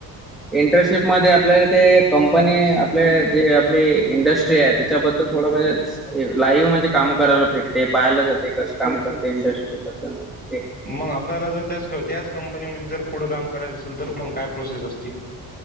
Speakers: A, in the centre; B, on the left (about 20°).
A: इंटर्नशिप मध्ये आपल्याला ते कंपनी आपले जे आपली इंडस्ट्री आहे. त्याच्याबद्दल थोडं म्हणजे लाईव्ह म्हणजे काम करायला भेटते पाहायला जाते कशी काम करते इंडस्ट्री. ते.
B: मग आपल्याला जर त्या त्याच कंपनीमध्ये जर पुढं काम करायचं असेल तर मग काय प्रोसेस असते?